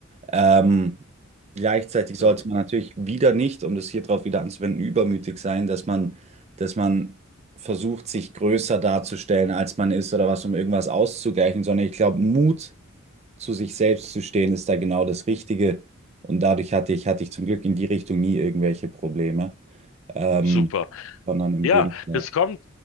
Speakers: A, on the right; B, on the left.
A: Ähm, gleichzeitig
B: ja.
A: sollte man natürlich wieder nicht, um das hier drauf wieder anzuwenden, übermütig sein, dass man, dass man versucht, sich größer darzustellen, als man ist oder was, um irgendwas auszugleichen, sondern ich glaube, Mut zu sich selbst zu stehen, ist da genau das Richtige. Und dadurch hatte ich, hatte ich zum Glück in die Richtung nie irgendwelche Probleme, ähm,
B: Super.
A: sondern im
B: Ja,
A: Gegenteil.
B: das kommt,